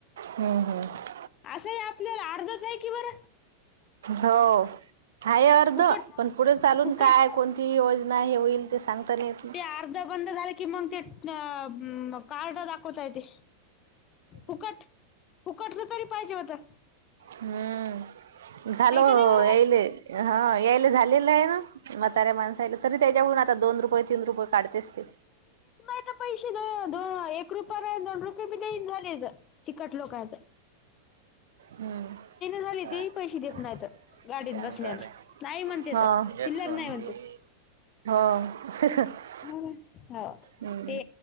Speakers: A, on the right (about 65°); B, on the left (about 30°).
A: हम्म हम्म
B: असही आपल्याला, अर्धचाय की बरं.
A: हो. हाय अर्ध.
B: फुकट
A: पण पुढे चालून
B: फुकट
A: काय, कोणती, योजना हे होईल? ते सांगताना येत नाही.
B: ते अर्ध बंद झाले की मग ते, अ म कार्ड दाखवता येते. फुकट- फुकटच तरी पाहिजे होतं.
A: हम्म. झाल हो
B: का नाही बरं
A: यायलय. हा. यायला झालेलंयना. माताऱ्या माणसाला तरी त्याच्याकून आता दोन, रुपये तीन रुपये काढतेस ते.
B: आता पैसे द - दो एक रुपया रा- दोन रुपये बी देइन झालेत. चिकट लोकं.
A: हम्म.
B: झाले
A: <unintelligible>
B: तेही पैसे देत नाहीत गाडीत
A: पॅन
B: बसल्यान
A: कार्डय.
B: नाही म्हणते
A: हा.
B: तर चिल्लर
A: एक - दोन
B: नाही म्हणते
A: दि. हो. <unintelligible>
B: हं. हो,
A: हम्म
B: ते